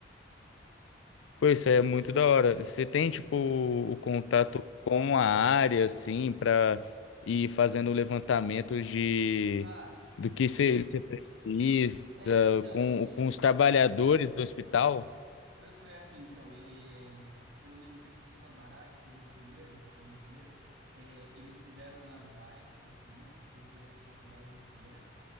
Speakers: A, on the right (about 65°); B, on the left (about 85°).
A: para
B: Pô,
A: o
B: isso
A: pessoal
B: é muito da hora. Você
A: deles,
B: tem,
A: é.
B: tipo, o contato com a área, assim, pra ir fazendo levantamentos de
A: Ah,
B: do que você você precisa,
A: é, então,
B: com,
A: o que
B: com os trabalhadores do hospital?
A: foi, foi assim, então, é, pelo menos esse do Sabará, que foi meu primeiro, que é o meu primeiro, é, eles fizeram umas lives, assim, porque é para a faculdade inteira.